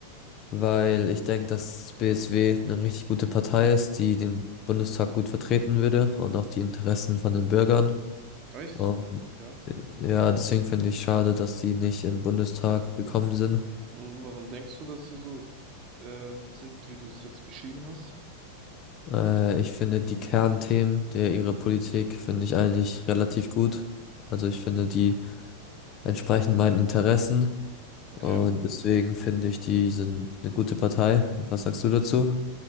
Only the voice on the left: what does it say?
weil ich denke, dass das BSW eine richtig gute Partei ist, die den Bundestag gut vertreten würde und auch die Interessen von den Bürgern.
Und
ja, deswegen finde ich schade, dass die nicht im Bundestag gekommen sind.
Äh, ich finde die Kernthemen der ihrer Politik finde ich eigentlich relativ gut. Also ich finde die entsprechen meinen Interessen
und deswegen finde ich die sind eine gute Partei. Was sagst du dazu?